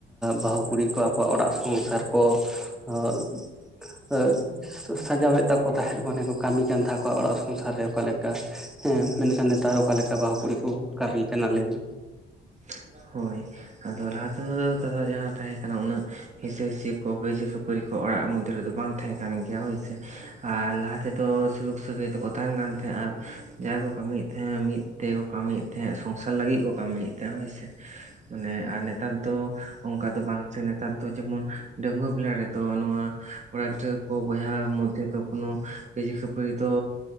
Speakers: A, in the centre; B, on the right.
A: ᱵᱟᱦᱩ ᱠᱩᱲᱤ ᱠᱚ ᱟᱠᱚᱣᱟᱜ ᱚᱲᱟᱜ ᱥᱚᱝᱥᱟᱨ ᱠᱚ <unintelligible> ᱾ ᱥᱟᱡᱟᱣᱮᱫ ᱛᱟᱠᱚ ᱛᱟᱦᱮᱸᱫ ᱢᱟᱱᱮ ᱠᱚ ᱠᱟᱢᱤ ᱠᱟᱱ ᱛᱟᱠᱚᱣᱟ ᱚᱲᱟᱜ ᱥᱚᱝᱥᱟᱨ ᱨᱮ ᱚᱠᱟᱞᱮᱠᱟ ᱦᱮᱸ, ᱢᱮᱱᱠᱷᱟᱱ ᱱᱮᱛᱟᱨ ᱚᱠᱟ ᱞᱮᱠᱟ ᱵᱟᱦᱩ ᱠᱩᱲᱤ ᱠᱚ ᱠᱟᱢᱤ ᱠᱟᱱᱟ ᱞᱟᱹᱭᱢᱮ?
B: ᱪᱟ-ᱜ, ᱦᱳᱭ ᱟᱫᱚ ᱞᱟᱦᱟ ᱛᱮᱫᱚ ᱡᱟᱦᱟᱸ ᱛᱟᱦᱮᱸ ᱠᱟᱱᱟ ᱩᱱᱟᱹᱜ ᱦᱤᱥᱟᱹ ᱦᱤᱥᱤ ᱠᱚ ᱠᱟᱭᱡᱟᱹ ᱠᱷᱟᱹᱯᱟᱹᱨᱤ ᱠᱚ ᱚᱲᱟᱜ ᱢᱩᱫᱽ ᱨᱮᱫᱚ ᱵᱟᱝ ᱛᱟᱦᱮᱸ ᱠᱟᱱ ᱜᱮᱭᱟ ᱦᱳᱭ ᱥᱮ ᱾ ᱟᱨ ᱞᱟᱦᱟ ᱛᱮᱫᱚ ᱥᱩᱞᱩᱠ ᱥᱟᱹᱜᱟᱹᱭ ᱛᱮᱠᱚ ᱛᱟᱦᱮᱱ ᱠᱟᱱ ᱛᱟᱦᱮᱸᱜ-ᱟ ᱡᱟᱦᱟᱸᱭ ᱠᱚ ᱠᱟᱹᱢᱤᱭᱮᱫ ᱛᱟᱦᱮᱸᱫ ᱢᱤᱫ ᱛᱮᱠᱚ ᱠᱟᱢᱤᱭᱮᱜ ᱛᱟᱦᱮᱸᱜ ᱥᱚᱝᱥᱟᱨ ᱞᱟᱹᱜᱤᱜ ᱠᱚ ᱠᱟᱢᱤᱭᱮᱜ ᱛᱟᱦᱮᱸᱜ ᱦᱳᱭ ᱥᱮ ᱾ ᱢᱟᱱᱮ ᱟᱨ ᱱᱮᱛᱟᱨ ᱫᱚ ᱚᱝᱠᱟ ᱫᱚ ᱵᱟᱝ ᱥᱮ ᱱᱮᱛᱟᱨ ᱫᱚ ᱡᱮᱢᱚᱱ ᱰᱟᱸᱝᱣᱟᱹ ᱵᱮᱞᱟ ᱨᱮᱫᱚ ᱱᱚᱣᱟ ᱥᱟ-ᱜ ᱠᱚᱲᱟ ᱜᱤᱫᱽᱨᱟᱹ ᱠᱚ ᱵᱚᱭᱦᱟ ᱢᱚᱫᱽᱫᱷᱮᱹ ᱫᱚ ᱠᱳᱱᱳ ᱠᱟᱹᱭᱡᱟᱹ ᱠᱷᱟᱹᱯᱟᱹᱨᱤ ᱫᱚ